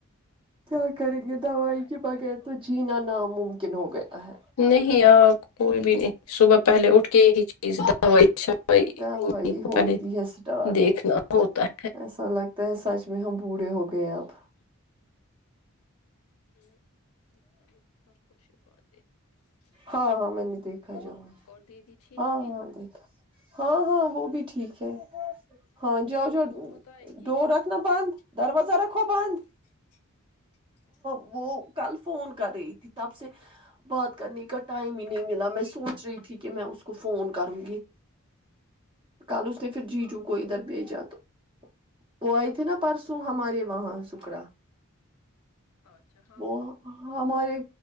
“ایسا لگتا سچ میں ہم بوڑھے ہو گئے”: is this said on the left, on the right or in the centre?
Right